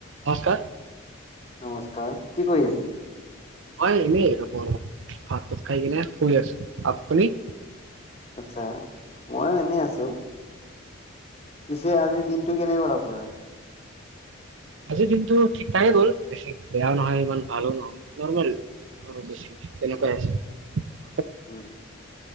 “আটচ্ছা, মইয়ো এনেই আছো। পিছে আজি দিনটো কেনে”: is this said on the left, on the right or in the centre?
Left